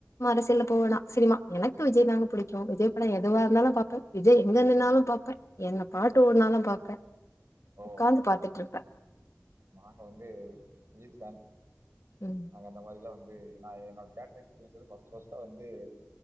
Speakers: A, on the left; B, on the right.
A: அரசியல போவேனாம் சினிமா எனக்கு விஜய் தாங்க புடிக்கும் விஜய் படம் எதுவா இருந்தாலும் பாப்பேன் விஜய் எங்க நின்னாலும் பாப்பேன் என்ன பாட்டு ஓடுனாலும் பாப்பேன்
B: ஓ!
A: உட்காந்து பாத்துட்டு இருப்பேன்
B: நாங்க வந்து அஜித் ஃபேன்
A: ம்
B: நாங்க அந்த மாரில்லாம் வந்து இது நான் என்னோட எக்ஸ்பீரியன்லே ஃப்ஸ் ஃப்ஸ்ட வந்து